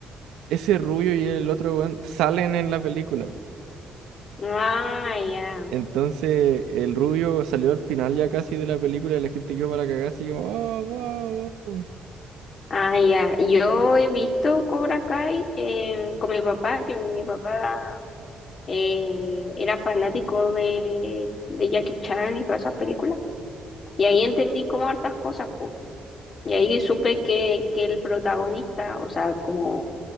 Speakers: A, on the right (about 90°); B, on the left (about 50°).
A: ese rubio y el otro weón salen en la película.
B: Ah, ya,
A: Entonces el rubio salió al final ya casi de la película y la gente quedó para cagar así como, oh, wow, wow.
B: ah, ya. Yo he visto Cobra Kai eh, con mi papá, que mi papá eh, era fanático de, de Jackie Chan y todas esas películas. Y ahí entendí como hartas cosas, po. Y ahí supe que, que el protagonista, o sea, como